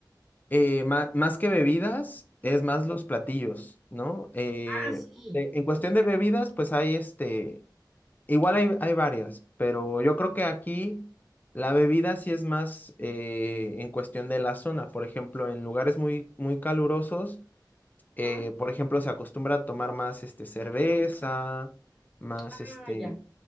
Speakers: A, on the left; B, in the centre.
A: eh, ma- más, que bebidas,
B: ujú.
A: es más los platillos, ¿no? Eh,
B: Ah, sí,
A: de- en cuestión
B: yo creo.
A: de bebidas, pues hay este, igual hay, hay varias, pero yo creo que aquí la bebida sí es más eh, en cuestión de la zona. Por ejemplo, en lugares muy, muy calurosos, eh,
B: Ah,
A: por ejemplo, se acostumbra a tomar más este, cerveza, más
B: ah,
A: este,
B: ya.